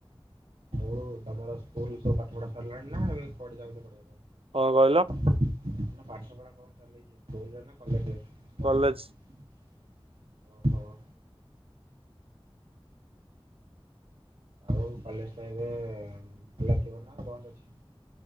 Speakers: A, on the right (about 80°); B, on the right (about 70°).
A: ହଉ ତମର ସ୍କୁଲ ସବୁ ପାଠ ପଢା ସାରିଲାଣି ନା ଏବେ କୁଆଡେ ଯାଉ ପଢିବା ପାଇଁ?
B: କଣ କହିଲ?
A: ପାଠ ପଢ଼ା କଣ ଚାଲିଚି ସ୍କୁଲ ରେ ନା କଲେଜ ରେ?
B: କଲେଜ
A: ଓ ହୋ। ଆଉ କଲେଜ ଟା ଏବେ ଖୋଲା ଥିବ ନା ବନ୍ଦ ଅଛି?